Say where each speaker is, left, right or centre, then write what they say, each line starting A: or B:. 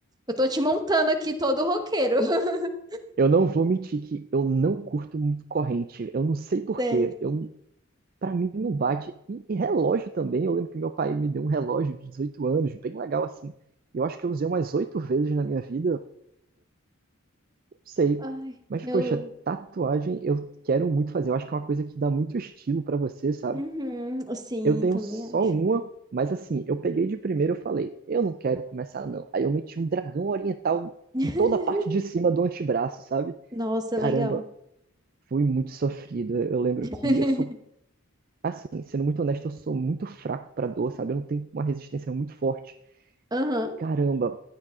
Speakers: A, on the right (about 20°); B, on the right (about 40°).
A: Eu tô te montando aqui todo roqueiro. <laughs>
B: Eu não vou mentir que eu não curto muito corrente. Eu não sei por
A: Sério.
B: quê. Eu, para mim não bate. E, e relógio também. Eu lembro que meu pai me deu um relógio de 18 anos, bem legal assim. Eu acho que eu usei umas oito vezes na minha vida. Sei.
A: Ai,
B: Mas,
A: eu.
B: poxa, tatuagem eu quero muito fazer. Eu acho que é uma coisa que dá muito estilo pra você, sabe?
A: Uhum, sim,
B: Eu tenho
A: também
B: só
A: acho.
B: uma, mas assim, eu peguei de primeiro e falei, eu não quero começar, não. Aí eu meti um dragão oriental
A: <laughs>
B: em toda a parte de cima do antebraço, sabe?
A: Nossa,
B: Caramba,
A: legal.
B: foi muito sofrido. Eu lembro
A: <laughs>
B: que eu sou, assim, sendo muito honesto, eu sou muito fraco pra dor, sabe? Eu não tenho uma resistência muito forte.
A: Aham.
B: Caramba,